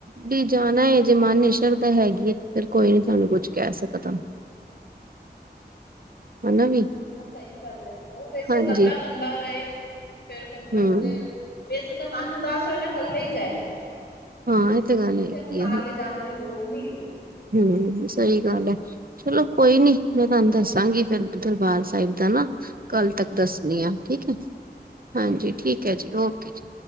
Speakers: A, on the right; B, on the left.
A: ਵੀ ਜਾਨਾ ਏ ਜੇ ਮਨ ਚ ਸ਼ਰਦਾ ਹੈਗੀ ਐ ਤੇ ਫੇਰ ਕੋਈ ਨੀ ਸਾਆਨੂੰ ਕੁੱਛ ਕੈਅ ਸਕਦਾ। ਹਨਾ ਵੀ
B: ਹਾਂ-ਹਾਂ, ਸਈ ਗੱਲ ਐ ਓ ਵੈਸੇ
A: ਹਾਂਜੀ
B: ਕੱਲਾ ਬੰਦਾ ਰਏ ਫੇਰ ਘੁੰਮਣ
A: ਹਮ
B: ਤੇ ਵੈਸੇ ਤੇ ਮਨ ਉਦਾਸ ਹੋਏ ਨਾ ਕੱਲਾ ਈ ਜਾਏ।
A: ਹਾਂ ਇਹ ਤੇ ਗੱਲ
B: ਕਿਸੇ
A: ਹੈਗੀ
B: ਨੂੰ ਨਾਲ ਲੇਜਾਣ ਦੀ ਲੋੜ ਨਈ ਹੈਗੀ।
A: ਹੂੰ, ਸਈ ਗੱਲ ਐ। ਚਲੋ ਕੋਈ ਨੀ ਮੈਂ ਤੁਆਨੂੰ ਦੱਸਾਂਗੀ ਫੇਰ ਦਰਬਾਰ ਸਾਇਬ ਦਾ ਨਾ। ਕੱਲ ਤੱਕ ਦੱਸਨੀ ਆ ਠੀਕ ਐ, ਹਾਂਜੀ ਠੀਕ ਐ ਜੀ ਓਕੇ ਜੀ।